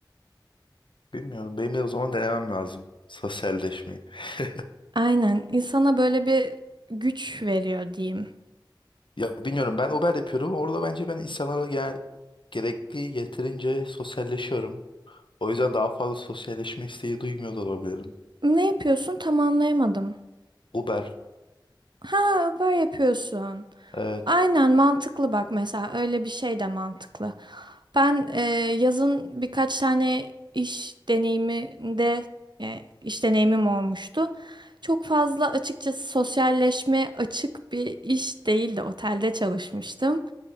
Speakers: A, on the left; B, on the right.
A: Bilmiyorum. Benim de o zaman denemem lazım. Sosyalleşmeyi. <laughs>
B: Aynen. insana böyle bir güç veriyor diyeyim.
A: Ya bilmiyorum. Ben Uber yapıyorum. Orada bence ben insanlarla gene- gerekli yeterince sosyalleşiyorum. O yüzden daha fazla sosyalleşme isteği duymuyor da olabilirim.
B: Ne yapıyorsun? Tam anlayamadım.
A: Uber.
B: Ha, Uber yapıyorsun.
A: Evet.
B: Aynen mantıklı bak mesela öyle bir şey de mantıklı. Ben e, yazın birkaç tane iş deneyiminde e, iş deneyimim olmuştu. Çok fazla açıkçası sosyalleşme açık bir iş değildi. Otelde çalışmıştım.